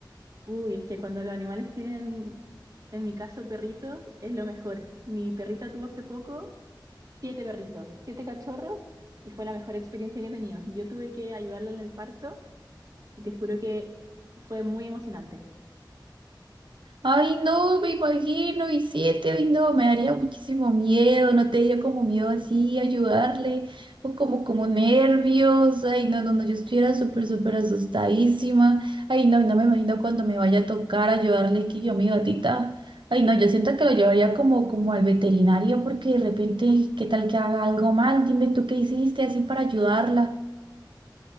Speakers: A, on the right; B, on the right.
A: Uy, es que cuando los animales tienen, en mi caso, perritos, es lo mejor. Mi perrita tuvo hace poco siete perritos, siete cachorros y fue la mejor experiencia que he tenido. Yo tuve que ayudarla en el parto y te juro que fue muy emocionante.
B: Ay, no, me imagino, Vicente, ay, no, me daría muchísimo miedo, no te dio como miedo así ayudarle, o como, como nervios, ay, no, no, no, yo estuviera súper, súper asustadísima, ay, no, no me imagino cuando me vaya a tocar ayudarle, que yo, mi gatita, ay, no, yo siento que lo llevaría como, como al veterinario, porque de repente, ay, qué tal que haga algo mal, dime tú qué hiciste así para ayudarla.